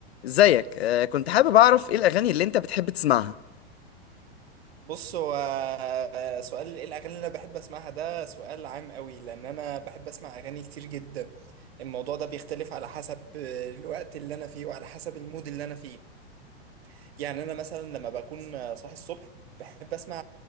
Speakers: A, on the left; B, on the right.
A: ازيك آه، كنت حابب اعرف ايه الاغاني اللي انت بتحب تسمعها
B: بص هو سؤال ايه الاغاني اللي انا بحب اسمعها ده سؤال عام قوي لان انا بحب اسمع اغاني كتير جدا الموضوع ده بيختلف على حسب الوقت اللي انا فيه وعلى حسب المود اللي انا فيه يعني انا مثلا لما بكون صاحي الصبح بحب اسمع